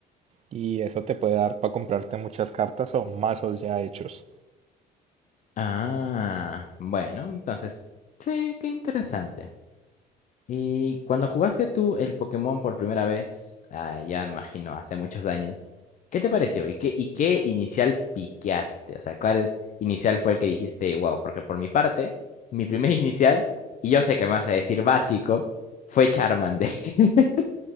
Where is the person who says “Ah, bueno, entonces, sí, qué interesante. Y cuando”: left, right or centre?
Left